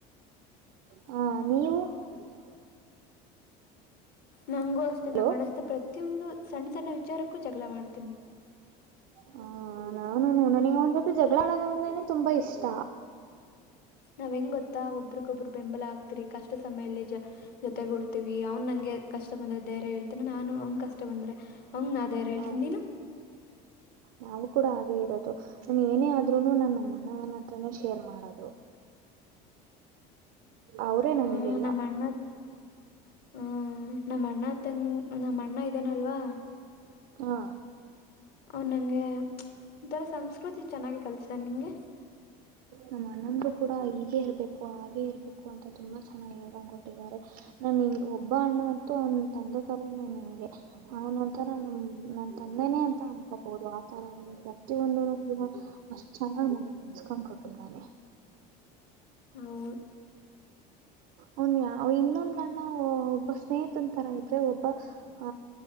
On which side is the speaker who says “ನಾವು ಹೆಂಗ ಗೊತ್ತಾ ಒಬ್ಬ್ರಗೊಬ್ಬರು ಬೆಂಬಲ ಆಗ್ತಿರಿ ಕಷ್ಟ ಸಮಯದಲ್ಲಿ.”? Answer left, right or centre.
Left